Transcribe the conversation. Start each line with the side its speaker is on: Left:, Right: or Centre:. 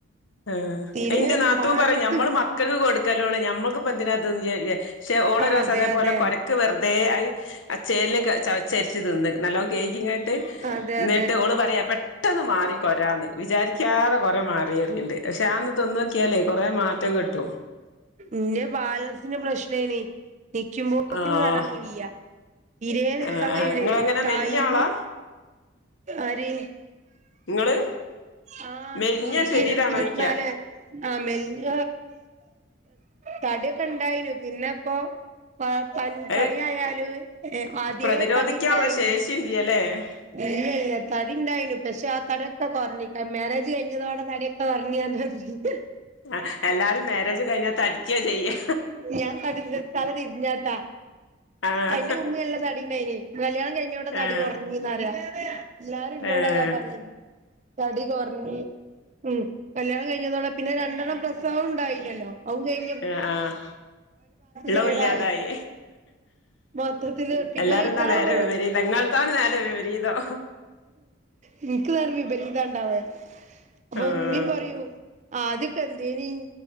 Left: ഏഹ്.
Right: തീരെ
Left: എന്റെ നാത്തൂൻ
Right: ബാലൻസ്
Left: പറയും ഞമ്മള് മക്കൾക്ക് കൊടുക്കല്ലോണ്. ഞമ്മൾക്ക്പ്പ എന്തിന. തും <unintelligible> ഓളോരിസം
Right: ആ അതെ
Left: അതേപോലെ
Right: അതെ
Left: കൊര ഒക്കെ വെറുതെ ആ അച്ചേലിനെ ചവച്ചരിച്ച് തിന്ന് നല്ലോണം കേൾക്കിങ്ങായിട്ട്
Right: അതെ
Left: ന്നിട്ട്
Right: അതെ
Left: ഓള് പറയാ പെട്ടെന്ന് മാറി കൊരാന്ന്. വിചാരിക്കാതെ കൊറെ മാറിയന്ന്‌. പക്ഷെ ആന്ന് തിന്നോക്കിയാലേ കൊറെ മാറ്റം കിട്ടും.
Right: എന്റെ ബാലൻസിന് പ്രശ്നേനി. നിക്കുമ്പോത്തിന്
Left: ആഹ്
Right: തലറങ്ങി വീയാ, തീരെ നിക്കാൻ
Left: ആഹ്
Right: കഴിയൂല
Left: ആഹ് ഇങ്ങളെങ്ങനെ
Right: ടൈം.
Left: മെലിഞ്ഞ ആളാ
Right: ആര്
Left: ഇങ്ങള്
Right: ആഹാ എനിക്ക്
Left: മെലിഞ്ഞ ശരീരാണോയ്ക്കാ
Right: ഇരു ഇരുപത്തിനാല്. ആ മെലിഞ്ഞു, തടി ഒക്കെ ഇണ്ടായിനു പിന്നെപ്പോ- പ..
Left: അത്
Right: പണി ആയാലും ആദ്യേ
Left: പ്രതിരോധിക്കാനുള്ള
Right: തടി ഇണ്ടായിനു.
Left: <unintelligible>
Right: ഇല്ല ഇല്ല തടി ഇണ്ടായിനു പക്ഷെ, ആ തടി ഒക്കെ കുറഞ്ഞ് മാരേജ് കഴിഞ്ഞതോടെ തടികൊറഞ്ഞു. ഉറങ്ങി <unintelligible>
Left: ആഹ് എല്ലാരും മാരേജ് കഴിഞ്ഞാ തടിക്കുവാ ചെയ്യാ
Right: ഞാൻ <unintelligible> തല തിരിഞ്ഞാട്ടാ.
Left: ആഹ്
Right: എന്റെ ഉമ്മി നല്ല തടിണ്ടായിന്, കല്യാണം കഴിഞ്ഞതോടെ തടി
Left: ആഹ്
Right: കുറഞ്ഞൂന്നാ പറയാ. എല്ലാരും ഇന്നോട്
Left: ഏഹ്
Right: അതാ പറയാ തടി കൊറഞ്ഞ് ഉം കല്യാണം കഴിഞ്ഞതോടെ പിന്നെ രണ്ടെണ്ണം പ്രസവം ഉണ്ടായില്ലല്ലോ, അതും കഴിഞ്ഞു.
Left: ആഹ് ആഹ് ഇളതും
Right: സൈഡായി
Left: ഇല്ലാതായി
Right: മൊത്തത്തില് പിന്നെ
Left: എല്ലാരും
Right: ഇറ്റാളെ
Left: ന്താ നേരെ
Right: കൂടെ
Left: വിപരീതാ ഇങ്ങൾത്താണ് നേരെ വിപരീതം
Right: എനിക്ക് നേരേ വിപരീതാണ്ടാവുക അപ്പൊ
Left: ആഹ്
Right: ഇമ്മീം പറയൂ ആദ്യക്കെ എന്തേനി